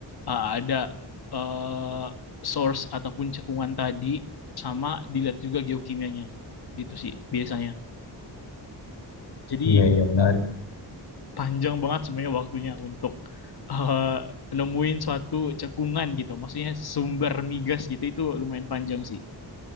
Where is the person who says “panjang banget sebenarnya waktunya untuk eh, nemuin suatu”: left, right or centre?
Left